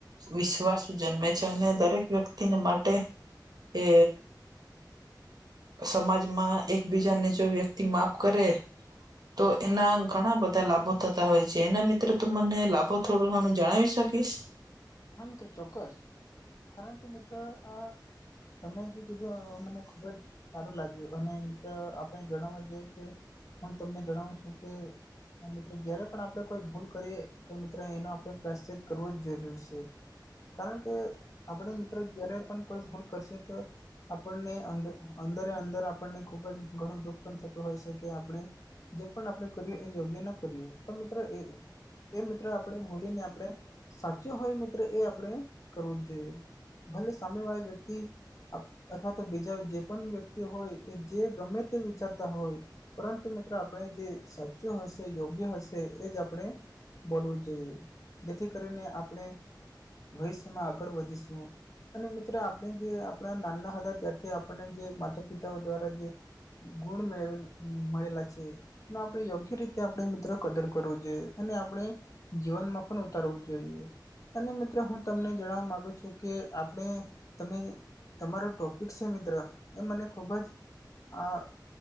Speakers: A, on the right (about 60°); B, on the left (about 45°).
A: વિશ્વાસુ જન્મે છે, અને દરેક વ્યક્તિને માટે એ સમાજમાં એકબીજાને જો વ્યક્તિ માફ કરે તો એના ઘણા બધા લાભો થ હોય છે, એના મિત્રો તું મને લાભો થોડો ઘણા જણાવી શકીશ?
B: હા મિત્રો ચોક્કસ કારણ કે મિત્રો આ તમે જે કીધું અ મને ખુબ જ સારું લાગ્યું. અને મિત્ર આપણે જણાવવા જઈએ કે હું તમને જણાવું છું. કે હા મિત્રો જયારે પણ આપડણે કોઈ ભૂલ કરીએ તો મિત્રો એનો આપણે પ્રાયશીત કરવો જરૂર છે. કારણ કે આપણે મિત્રો જયારે પણ કોઈ ભૂલ કરશે તો આપણને અ અંદર-અંદર આપણને ખૂબ જ ઘણું દુઃખ પણ થતું હોય છે, કે આપણે જે પણ આપણે કર્યું એ યોગ્ય ના કર્યું તો મિત્રો એ એ મિત્ર આપણે બૂલીને આપણે સાચું હોય મિત્ર એ આપણે કરવું જ જોઈએ. ભલે સામેવાળી વ્યક્તિ અથવા તો બીજા જે પણ વ્યક્તિ હોય એ જે ગમે તે વિચારતા હોય પરંતુ મિત્રો આપણે જે સાચું હશે યોગ્ય હશે એ જ આપણે બોલવું જોઈએ જેથી કરીને આપણે ભવિષ્યમાં આગળ વધીશું. અને મિત્ર આપણે જે આપણા નાના હતા ત્યાારથી આપણેને જે માતા પિતાઓ દ્વારા જે ગુણ મેવેલ મળેલા છે. આપણે યોગ્ય રીતે આપણે મિત્રો કદર કરવો જોઈએ અને આપણે જીવનમાં પણ ઉતારવું જોઈએ‌. અને મિત્રો હું તમને જણવા માગુ છું કે આપણે તમે તમારો ટોપિક છે મિત્રો એ મને ખુબ જ આ